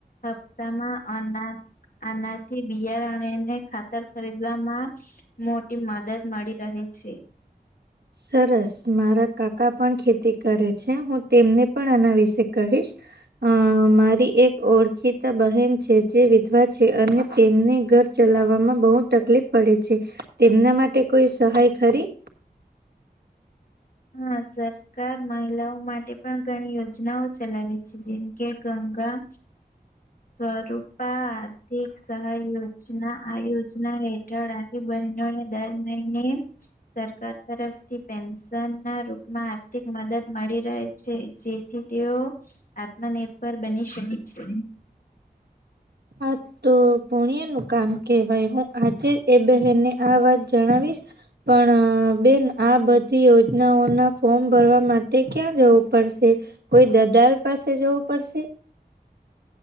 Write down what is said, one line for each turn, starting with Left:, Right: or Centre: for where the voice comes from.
Left: હપ્તામાં અના આના થી બિયારણ અને ખાતર ખરીદવામાં મોટી મદદ મળી રહે છે.
Right: સરસ મારા કાકા પણ ખેતી કરે છે હું તેમને પણ આના વિશે કહીશ. અ મારી એક ઓળખીતા બહેન છે જે વિધવા છે અને તેમને ઘર ચલાવવામાં બહુ તકલીફ પડે છે તેમના માટે કોઈ સહાય ખરી
Left: હા સર સરકાર મહિલાઓ માટે પણ ઘણી યોજનાઓ ચલાવે છે જેમકે ગંગા સ્વરૂપા આર્થિક સહાય યોજના આ યોજના હેઠળ આ બહેનોને દર મહિને સરકાર તરફથી પેન્શન ના રૂપમાં આર્થિક મદદ મળી રહે છે જે થી તેઓ આત્મનિર્ભર બની શકે છે.
Right: હા. તો પૂણ્ય નું કામ કેહેવાય હું આજે જ એ બહેનને આ વાત જણાવીશ. પણ બેન આ બધી યોજનાઓના ફોર્મ ભરવા માટે ક્યાં જવું પડશે. કોઈ દલાર પાસે જવું પડશે